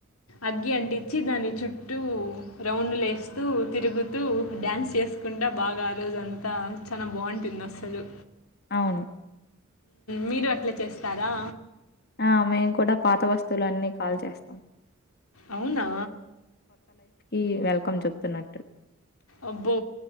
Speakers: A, on the left; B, on the left.
A: అగ్గి అంటించి దాన్ని చుట్టూ రౌండ్లు వేస్తూ తిరుగుతూ డ్యాన్స్ చేసుకున్ అ బాగా ఆ రోజంతా చాలా బాగుంటుంది అస్సలు
B: అవును
A: మీరు అట్లే చేస్తారా
B: ఆ మేము కూడా పాత వస్తువులు అన్నీ కాల్చేస్తాం
A: అవునా
B: ఈ వెల్కమ్ చెప్తున్నట్టు
A: అబ్బో